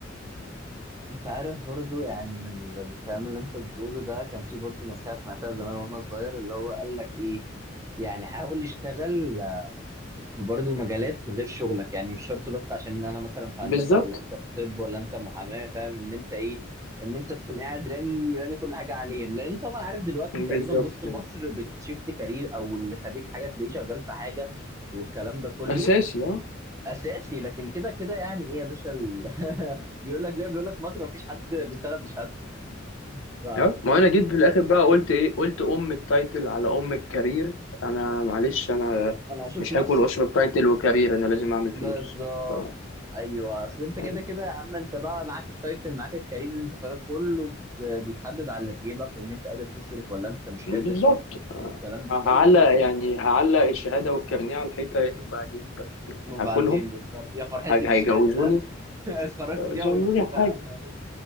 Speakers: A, on the right; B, on the left.
A: انت عارف برضو يعني من ال- من الكلام اللي انت بتقوله ده كان في برضو نصيحة سمعتها زمان وانا صغير اللي هو قال لك ايه يعني حاول اشتغل في برضو مجالات غير شغلك يعني مش شرط بس عشان انا مثلا في هندسة
B: بالظبط
A: ولا انت في طب ولا انت محاماة فاهم ان انت ايه ان انت تكون قاعد رامي رامي كل حاجة عليهم لان انت طبعا عارف دلوقتي
B: بالظبط
A: تقريبا نص مصر
B: كده
A: بتشفت كارير او اللي خريج حاجة تلاقيه شغال في حاجة والكلام ده كله
B: اساسي اه
A: اساسي لكن كده كده يعني ايه يا باشا ال... <laughs> بيقول لك زي ما بيقول لك مطر مفيش حد بيشتغل بشهادته ف
B: اه ما انا جيت في الاخر بقى قلت ايه قلت ام التايتل على ام الكارير انا معلش انا
A: انا هشوف
B: مش
A: نفسي
B: هاكل واشرب تايتل وكارير انا لازم اعمل
A: بالظبط
B: فلوس ف...
A: ايوه اصل انت
B: يعني
A: كده كده يا عم انت بقى معاك التايتل معاك الكارير اللي انت فاهم كله ب- بيتحدد على اللي في جيبك وان انت قادر تصرف ولا انت مش
B: بالظبط
A: قادر
B: آه،
A: والكلام دي
B: هعلق
A: كله ده كله
B: يعني هعلق الشهاده والكارنيه على الحيطه يعني وبعدين طيب، يعني
A: وبعدين
B: هاكلهم
A: بالظبط يا فرحتي
B: هج-
A: بالشهاده
B: هيجوزوني
A: فاهم <laughs> اتخرجت
B: مش
A: بيها
B: هيعملوا
A: ولبستها
B: لي حاجه
A: <laughs>